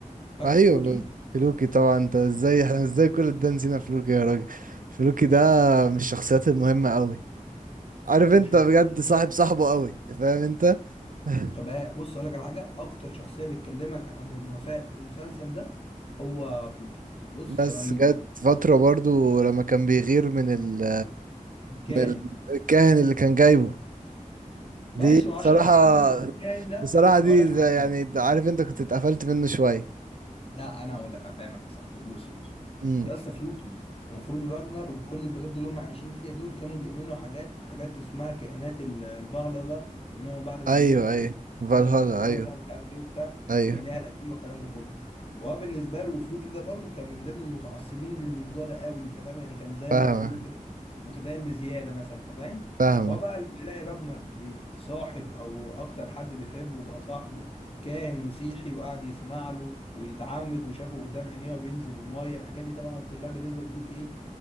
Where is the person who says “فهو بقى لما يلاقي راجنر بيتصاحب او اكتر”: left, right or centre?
Left